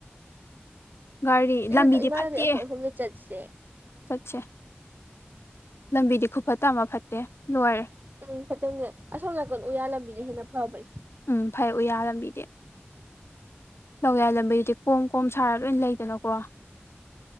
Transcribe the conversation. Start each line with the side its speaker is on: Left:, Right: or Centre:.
Left: ꯒꯥꯔꯤ
Right: ꯀꯩꯅꯣ
Left: ꯂꯝꯕꯤꯗꯤ
Right: ꯏꯃꯥꯟꯅꯕꯤ
Left: ꯐꯠꯇꯦ
Right: ꯑꯩꯈꯣꯏ ꯑꯍꯨꯝꯗ ꯆꯠꯁꯦ
Left: ꯆꯠꯁꯦ ꯂꯝꯕꯤꯗꯤ ꯈꯨꯐ ꯇꯑꯃ ꯐꯠꯇꯦ ꯂꯣꯏꯔꯦ
Right: ꯎꯝ ꯐꯠꯇꯕꯅꯦ ꯑꯁꯣꯝ ꯅꯥꯀꯣꯟ ꯎꯌꯥ ꯂꯝꯕꯤꯅ ꯍꯦꯟꯅ ꯐꯕꯅꯦ
Left: ꯎꯝ ꯐꯩ ꯎꯌꯥ ꯂꯝꯕꯤꯗꯤ ꯂꯧꯌꯥꯏ ꯂꯝꯕꯤꯗꯨꯗꯤ ꯀꯣꯝ ꯀꯣꯝ ꯁꯥꯔꯒ ꯂꯣꯏꯟ ꯂꯩꯗꯅꯀꯣ